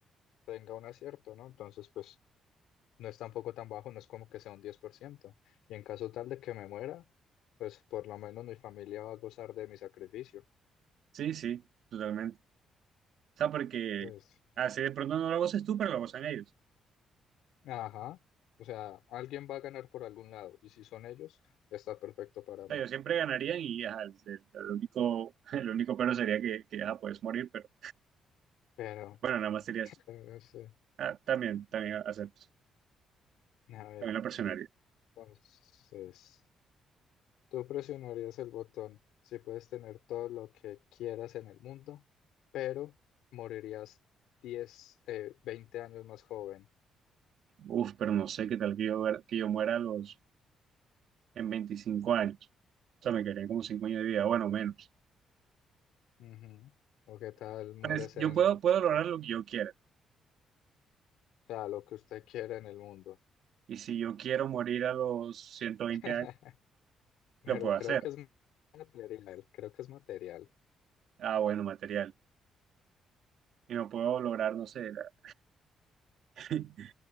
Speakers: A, on the left; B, on the right.
A: tenga un acierto, ¿no? Entonces, pues no es tampoco tan bajo, no es como que sea un diez por ciento Y en caso tal de que me muera, pues por lo menos mi familia va a gozar de mi sacrificio.
B: Sí, sí, totalmente. O sea, porque
A: Pues,
B: así de pronto no lo goces tú, pero lo gozan ellos.
A: ajá, o sea, alguien va a ganar por algún lado y si son ellos, está perfecto para
B: O
A: mí.
B: sea, yo siempre ganarían y ajá, el, el- el único, <laughs> el único pero sería que, que ajá, puedes morir, pero
A: Pero...
B: bueno, nada más sería
A: Claro, sí.
B: Ah, también, también acepto.
A: A ver,
B: También la presionaría.
A: entonces, tú presionarías el botón si puedes tener todo lo que quieras en el mundo, pero morirías 10 eh, 20 años más joven.
B: Uf, pero no sé qué tal que yo, ver- que yo muera a los, en 25 años. O sea, me quedarían como 5 años de vida, bueno, menos.
A: Ujú. O qué tal mueres
B: Pues, yo
A: en,
B: puedo, puedo lograr lo que yo quiera.
A: o sea, lo que usted quiera en el mundo.
B: Y si yo quiero morir a los 120
A: <laughs>
B: años,
A: Pero
B: lo puedo
A: creo
B: hacer.
A: que es material, creo que es material.
B: Ah, bueno, material. Y no puedo lograr, no sé, la- <laughs>